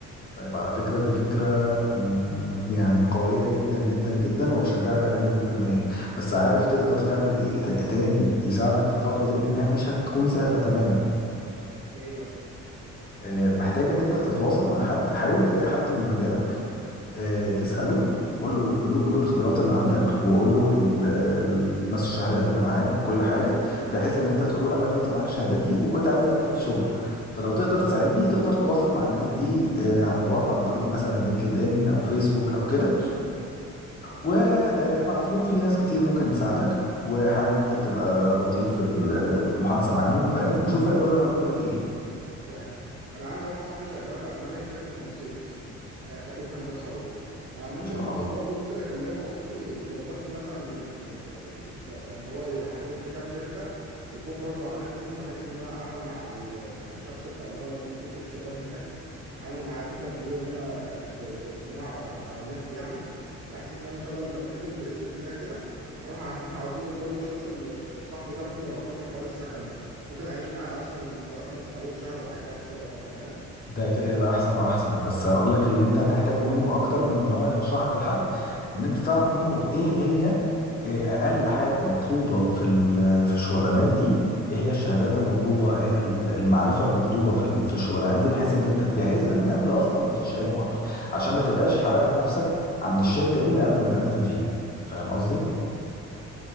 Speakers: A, on the left (about 30°); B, on the right (about 50°).
A: طيب على فكرة دي فكرة مم، يعني قوية جدا جدا جدا وأشجعك عليها مليون في المية بس عارف تقدر تعمل إيه ت- تاني يساعدك في الخطوة دي لأنها مش هتكون سهلة تماما
B: ايه مثلا
A: آه، محتاج إن أنت تتواصل مع حد حاول تلاقي حد من مجالك آه، تسأله قول له قول له قول له الخبرات اللي عندك وقول له ال- ال- مثلا الشهادات اللي معاك وكل حاجة بحيث ان انت تقول له انا دلوقتي معايا الشهادات دي وكنت عايز اقدم في شغل فلو تقدر تساعدني تقدر تواصل مع الناس دي آه، عن بعد عن طريق مثلا لينكد ان او فيسبوك او كده وابعت له في ناس كتير ممكن تساعدك وحاول ان انت تبقى لطيف في المحادثة
B: فاهم
A: معاهم فاهم وشوف هيقدروا يعملوا لك ايه
B: فاهم فاهم انا عندي واحد صاحبي شغال في المانيا في شركه مرسيدس آه خريج هندسه هو آه ممكن
A: ما شاء الله
B: برضه ممكن اكلمه اصلا يظبط لي مثلا يعني يعني هو يحدد لي كام شركه يكون برضه عارفهم بحيث ان انا اعمل مع ال- مع الشخص بتاع اللي هو المفروض اتش ار هناك اعمل مع انترفيو هنا في في اجتماع آه، على النت يعني بحيث ان انا ان شاء الله لما اتقبل باذن الله كده اروح على هناك على طول وبرضه الشخص اللي صاحبي ده ممكن يوفر لي حوار السكن ده ممكن اعيش معاه اصلا لغايه مثلا اول شهر وبعد كده اتصرف انا فاهم
A: ده كده يبقى احسن واحسن بس هقول لك اللي انت هتحتاجه منه اكتر من ان هو يرشحك لحد ان انت تعرف منه ايه هي إيه اقل حاجه مطلوبه في ال- في الشغلانات دي ايه هي الشهادات المطلوبه ايه هي ال- المعرفه المطلوبه في ال- في الشغلانات دي بحيث ان انت تجهزها من قبل اصلا ما تخش اي مقابله عشان ما تبقاش حرقت نفسك عند الشركه دي من قبل ما تقدم فيها فاهم قصدي
B: ايوه فاهم فاهم.